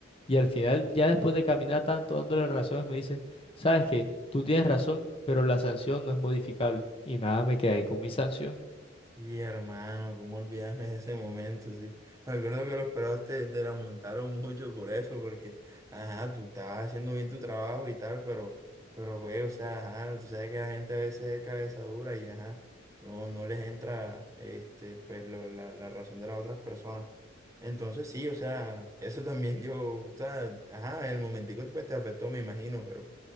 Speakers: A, on the left (about 25°); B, on the right (about 15°).
A: Y al final, ya después de caminar tanto dándole razones, me dice, ¿sabes qué? Tú tienes razón, pero la sanción no es modificable. Y nada, me quedé con mi sanción.
B: Sí, hermano, cómo olvidarme de ese momento, sí. Me acuerdo que los pelados te, te la montaron mucho por eso, porque, ajá, tú estabas haciendo bien tu trabajo y tal, pero, pero, güey, o sea, ajá, tú sabes que la gente a veces es cabeza dura y, ajá, no, no les entra, este, pues, lo- la, la razón de las otras personas. Entonces, sí, o sea, eso también yo, o sea, ajá, en el momentico, pues, te afectó, me imagino, pero,